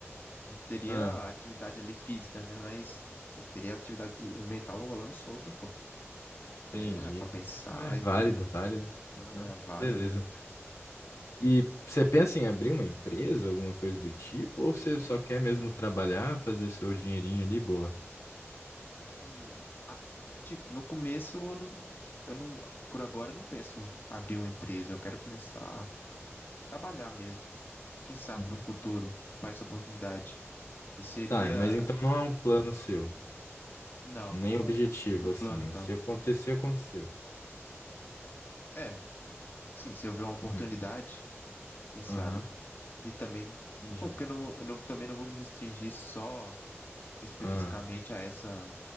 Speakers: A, on the left; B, on the left.
A: não teria
B: Ah,
A: atividade ali física, né? Mas é, que teria atividade mental rolando solta, pô.
B: entendi.
A: É, pra pensar
B: Ah, é
A: e
B: válido,
A: tudo.
B: válido. Aham.
A: É válido,
B: Beleza.
A: né?
B: E você pensa em abrir uma empresa, alguma coisa do tipo, ou você só quer mesmo trabalhar, fazer seu dinheirinho ali, boa?
A: Hum, a- tipo, no começo eu não, eu não, por agora eu não penso abrir uma empresa, eu quero começar a trabalhar mesmo. Quem sabe
B: Uhum.
A: no futuro aparece oportunidade. E seria,
B: Tá, mas então não é um plano seu,
A: não,
B: nem
A: não é um,
B: objetivo,
A: um plano,
B: assim. é
A: tá?
B: Se acontecer, aconteceu.
A: É, sim, se houver uma oportunidade,
B: Uhum.
A: quem sabe.
B: Aham.
A: E também,
B: Entendi.
A: pô, porque eu não, eu não- também não vou me restringir só especificamente
B: Ah.
A: a essa,